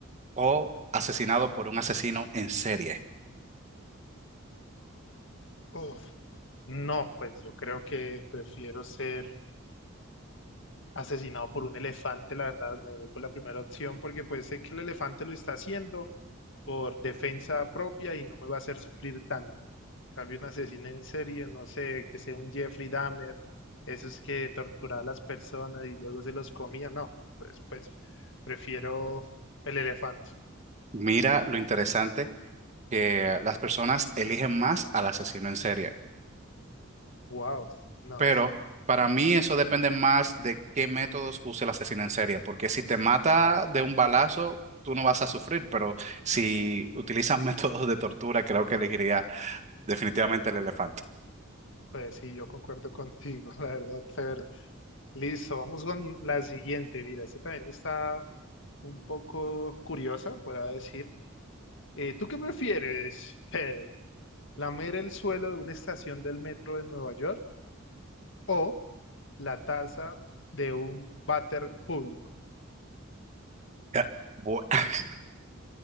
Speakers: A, on the right; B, on the left.
A: o asesinado por un asesino en serie.
B: Uf, no, pues yo creo que prefiero ser asesinado por un elefante, la verdad, me voy por la primera opción porque pues sé que el elefante lo está haciendo por defensa propia y no me va a hacer sufrir tanto. En cambio, un asesino en serie, no sé, que sea un Jeffrey Dahmer, esos que torturaba a las personas y luego se los comía, no, pues, pues prefiero el elefante.
A: Mira lo interesante que las personas eligen más al asesino en serie,
B: Wow, no,
A: pero
B: son,
A: para mí eso depende más de qué métodos use el asesino en serie, porque si te mata de un balazo, tú no vas a sufrir, pero si utilizas <laughs> métodos de tortura, creo que elegiría definitivamente el elefante.
B: pues sí, yo concuerdo contigo, <laughs> la verdad, Fer. Listo, vamos con la siguiente, mira, esta también está un poco curiosa, por decir. Eh, ¿tú qué prefieres, Pedro? ¿Lamer el suelo de una estación del metro de Nueva York o la taza de un váter público?
A: Ya, bu- <laughs>